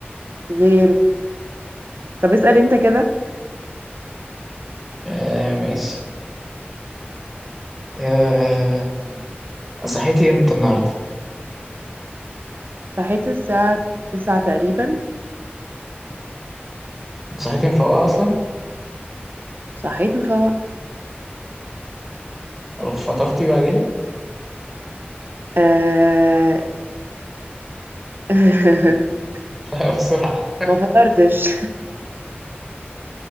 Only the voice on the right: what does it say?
غيره طب اسأل انت كده
صحيت الساعة تسعة تقريبا
صحيت مفوقة
آه... <laughs>
ما فطرتش